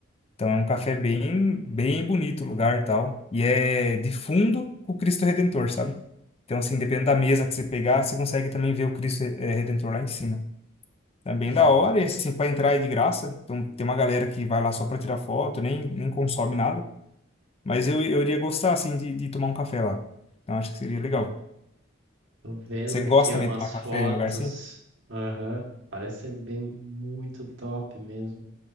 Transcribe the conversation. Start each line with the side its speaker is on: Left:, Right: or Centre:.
Left: Então é um café bem, bem bonito o lugar e tal. E é de fundo com o Cristo Redentor, sabe? Então, assim, dependendo da mesa que você pegar, você consegue também ver o Cristo eh, Redentor lá em cima. Também
Right: Hum,
Left: da hora, e assim, para entrar é de graça. Então, tem uma galera que vai lá só para tirar foto, nem, nem consome nada. Mas eu, eu iria gostar, assim, de, de tomar um café lá. Então, acho que seria legal.
Right: Tô vendo
Left: Você
Right: aqui
Left: gosta
Right: umas
Left: também de tomar café
Right: fotos.
Left: em lugar assim?
Right: Aham. Parece bem muito top mesmo.